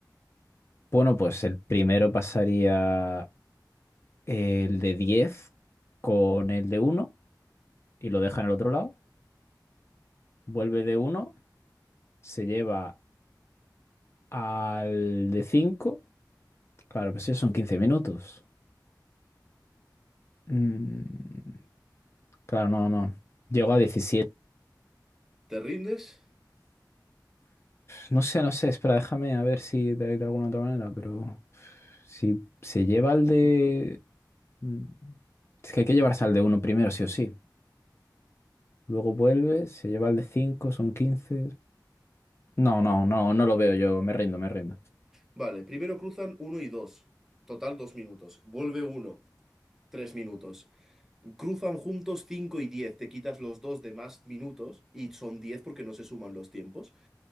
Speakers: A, on the left; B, in the centre.
A: Bueno, pues el primero pasaría el de diez con el de uno. y lo deja en el otro lado. Vuelve de uno se lleva al de cinco Claro, pues sí, son 15 minutos. Mm, claro, no, no. Llegó a 17.
B: ¿Te rindes?
A: No sé, no sé, espera, déjame a ver si de, de alguna otra manera, pero si se lleva al de... mm, Es que hay que llevarse al de uno primero, sí o sí. Luego vuelve, se lleva al de cinco son quince No, no, no, no lo veo yo, me rindo, me rindo.
B: Vale, primero cruzan uno y 2, Total 2 minutos. Vuelve uno, 3 minutos. Cruzan juntos 5 y 10, Te quitas los dos de más minutos y son 10 porque no se suman los tiempos.